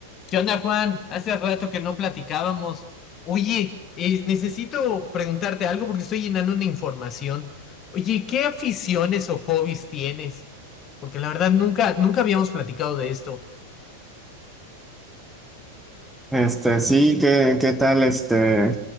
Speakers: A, on the left; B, in the centre.
A: ¿Qué onda, Juan? Hace rato que no platicábamos. Oye, eh, necesito preguntarte algo porque estoy llenando una información. Oye, ¿qué aficiones o hobbies tienes? Porque la verdad nunca, nunca habíamos platicado de esto.
B: Este, sí, ¿qué, qué tal? Este,